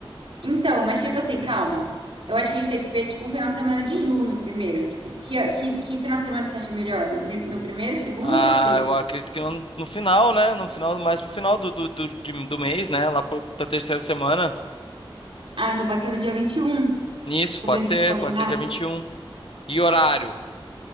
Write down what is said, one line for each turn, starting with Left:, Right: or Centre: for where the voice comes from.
Right: Então, mas tipo assim, calma. Eu acho que a gente tem que ver, tipo, um final de semana de junho primeiro. Tipo, que, que, que final de semana você acha melhor? No, pri- no primeiro, segundo
Left: Ah,
Right: ou terceiro?
Left: eu acredito que no, no final, né? No final, mais pro final do, do, do, de- do mês, né? Lá pro, da terceira semana.
Right: Ah, então pode ser no dia 21.
Left: Isso,
Right: Tô
Left: pode
Right: vendo aqui
Left: ser,
Right: o calendário.
Left: pode ser dia 21. E um. E horário?